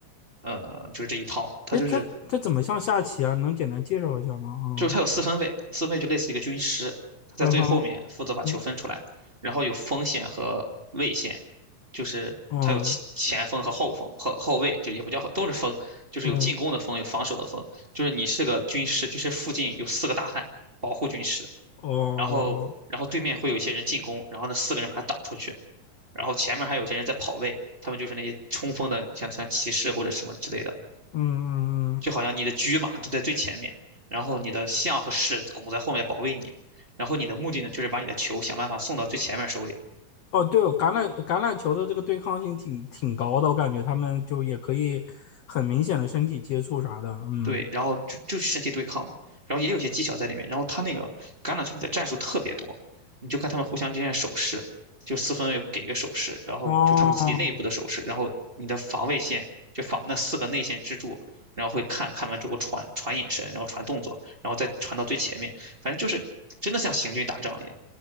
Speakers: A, on the right; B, on the left.
A: 呃就是这一套，它就是
B: 哎，它它怎么像下棋啊？能简单介绍一下吗？嗯
A: 就是他有四分卫，四分卫就类似一个军师，他在最后面负责把球分出来，
B: 嗯哼，嗯
A: 然后有锋线和卫线，就是他有前前锋和后锋后后卫，
B: 嗯
A: 就也不叫后都是锋，就是有进攻的锋，
B: 嗯
A: 有防守的锋，就是你是个军师，就是附近有四个大汉保护军师，
B: 哦
A: 然后然后对面会有一些人进攻，然后那四个人把他挡出去，然后前面还有些人在跑位，他们就是那些冲锋的，像像骑士或者什么之类的。
B: 嗯嗯嗯嗯
A: 就好像你的车马都在最前面，然后你的象和士拱在后面保卫你，然后你的目的呢，就是把你的球想办法送到最前面手里，
B: 哦，对哦橄榄橄榄球的这个对抗性挺挺高的，我感觉他们就也可以很明显的身体接触啥的。嗯
A: 对，然后就就身体对抗嘛，然后也有些技巧在里面，然后他那个橄榄球里的战术特别多，你就看他们互相之间的手势，就四分卫会给一个手势，然后就他们自己内部的手势，
B: 哦，
A: 然后你的防卫线就防那四个内线支柱。然后会看看完之后传传眼神，然后传动作，然后再传到最前面，反正就是真的像行军打仗一样，